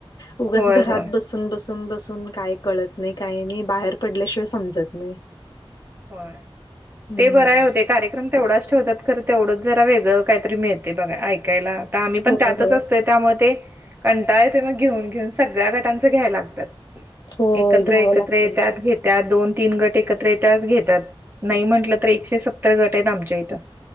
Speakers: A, on the left; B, on the right.
A: उगच
B: होय
A: घरात
B: होय
A: बस सून-बसून-बसून काय कळत नाही, काही नाही बाहेर पडल्याशिवाय समजत नाही.
B: होय,
A: हम्म
B: ते बर हाय ओ ते, कार्यक्रम तेवढाच ठेवतात, खर तेवढंच जरा वेगळं काहीतरी मिळते बघा ऐकायला, तर आम्ही
A: होय
B: पण त्यातच
A: होय
B: असतोय. त्यामुळे ते कंटाळ येतोय मग, घेऊन-घेऊन सगळ्या गटांचं घ्यायला लागतय.
A: होय
B: एकत्र-एकत्र
A: घ्यावं लागतंच
B: येतात घेत्यात, दोन, तीन गट एकत्र येत येत्यात घेतात, नाही म्हटलं तर एकशे सत्तर गट आहेत आमच्या इथं.